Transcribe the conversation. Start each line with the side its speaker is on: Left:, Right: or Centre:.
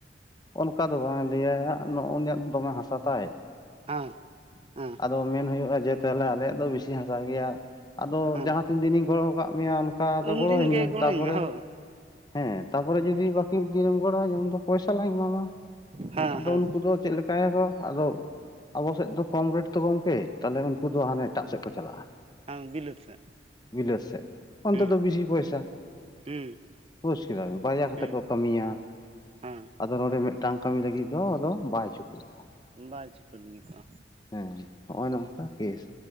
Left: ᱚᱱᱠᱟ ᱫᱚ ᱵᱟᱝ ᱞᱟᱹᱭᱟ ᱭᱟᱜ ᱱᱚᱜᱼᱚ ᱱᱩᱭᱟᱛ ᱫᱚᱢᱮ ᱦᱟᱥᱟ ᱛᱟᱭ ᱾
Right: <inaudible>
Left: ᱟᱫᱚ ᱢᱮᱱ ᱦᱩᱭᱩᱜᱼᱟ ᱡᱮ ᱛᱮᱞᱮ ᱟᱞᱮᱭᱟᱜ ᱫᱚ ᱵᱤᱥᱤ ᱦᱟᱥᱟ ᱜᱮᱭᱟ ᱾ ᱟᱫᱚ
Right: ᱦᱮᱸ
Left: ᱡᱟᱦᱟᱸ ᱛᱤᱱ ᱫᱤᱱᱤᱧ ᱜᱚᱲᱚ ᱠᱟᱜ ᱢᱮᱭᱟ ᱚᱱᱠᱟ ᱫᱚ
Right: ᱩᱱᱫᱤᱱ
Left: ᱜᱚᱲᱚᱟᱹᱧ
Right: ᱜᱮ
Left: ᱢᱮ
Right: ᱜᱚᱲᱚᱧ
Left: ᱛᱟᱯᱚᱨᱮ
Right: ᱦᱳᱭ
Left: ᱦᱮᱸ ᱾ ᱛᱟᱯᱚᱨᱮ ᱡᱩᱫᱤ ᱵᱟᱹᱠᱤ ᱫᱤᱱᱮᱢ ᱜᱚᱲ ᱟᱹᱧᱟ ᱩᱱᱫᱚ ᱯᱚᱭᱥᱟ ᱞᱟᱝ ᱮᱢᱟᱢᱟ
Right: ᱦᱮᱸ
Left: ᱟᱫᱚ
Right: ᱦᱮᱸ
Left: ᱩᱱᱠᱩ ᱫᱚ ᱪᱮᱜ ᱠᱮᱠ ᱠᱟ ᱭᱟᱠᱚ ᱟᱫᱚ ᱟᱵᱚ ᱥᱮᱫ ᱫᱚ ᱠᱚᱢ ᱨᱮᱴ ᱛᱚ ᱜᱚᱝᱠᱮ ᱛᱟᱞᱮ <unintelligible> ᱠᱩ ᱫᱚ ᱦᱟᱱᱮ ᱮᱴᱟᱜ ᱥᱮᱫ ᱠᱚ ᱪᱟᱞᱟᱜᱼᱟ
Right: ᱦᱮᱸ ᱵᱤᱞᱟᱹᱛ
Left: ᱾
Right: ᱥᱮᱫ
Left: ᱵᱤᱞᱟᱹᱛ ᱥᱮᱫ ᱚᱱᱛᱮ
Right: ᱦᱩᱸ
Left: ᱫᱚ ᱵᱤᱥᱤ ᱯᱚᱭᱥᱟ
Right: ᱦᱩᱸ
Left: ᱯᱩᱡ ᱾ ᱠᱮᱫᱟᱵᱤᱱ ᱵᱟᱨᱭᱟ ᱠᱟᱛᱮ
Right: ᱦᱩᱸ
Left: ᱠᱚ ᱠᱟᱹᱢᱤᱭᱟ
Right: ᱦᱮᱸ
Left: ᱟᱫᱚ ᱱᱚᱸᱰᱮ ᱢᱤᱫᱴᱟᱝ ᱾ ᱠᱟᱹᱢᱤ ᱞᱟᱹᱜᱤᱫ ᱫᱚ ᱟᱫᱚ ᱵᱟᱭ ᱪᱷᱩᱴᱩᱜᱼᱟ ᱾
Right: <unintelligible> ᱫᱚᱜᱼᱟ
Left: ᱦᱮᱸ ᱦᱚᱸᱜᱼᱚᱭ ᱱᱚᱝᱠᱟ ᱠᱮᱥ